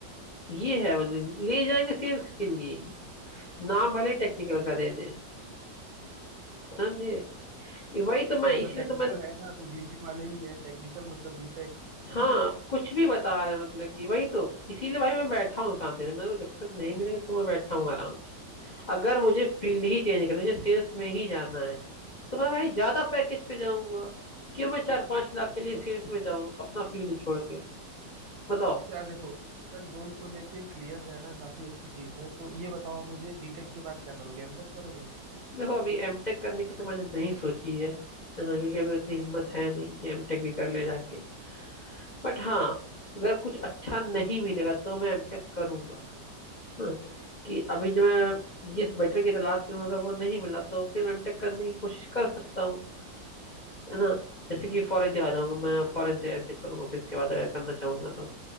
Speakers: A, on the left; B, on the right.
A: ये है मतलब ले जाएंगे सेल्स के लिए ही। नाम भले टेक्निकल का दे दें समझे ये वही तो मैं
B: मतलब
A: इसलिए
B: टेक्निकल
A: तो मैं
B: है ना तो बीटेक वाले ही है टेक्निकल मतलब बीटेक
A: हाँ
B: <laughs>
A: कुछ भी बता रहे हैं मतलब कि वही तो इसीलिए भाई मैं बैठा हूँ शांति से मैं तो जब तक नहीं मिलेगा तो मैं बैठा हूँ आराम से अगर मुझे फील्ड ही चेंज करना है, मुझे सेल्स में ही जाना है तो मैं भाई ज्यादा पैकेज पे जाऊंगा क्यों मैं चार पांच लाख के लिए सेल्स में जाऊं अपना फील्ड छोड़ के बताओ
B: तो यार देखो सर गोल को लेके क्लियर रहना काफी अच्छी चीज है तो ये बताओ आप मुझे बीटेक के बाद क्या करोगे एमटेक करोगे
A: देखो अभी एमटेक करने की तो मैंने नहीं सोची है है ना क्योंकि अभी उतनी हिम्मत है नहीं कि एमटेक भी कर ले जाके बट हाँ अगर कुछ अच्छा नहीं मिलेगा तो मैं एमटेक करूंगा है ना कि अभी जो मैं जिस बेटर की तलाश में हूँ अगर वो नहीं मिला तो फिर मैं एमटेक करने की कोशिश कर सकता हूँ है ना जैसे कि फॉरेन चला जाऊंगा मैं फॉरेन से एमटेक करूंगा फिर इसके बाद अगर करना चाहूंगा तो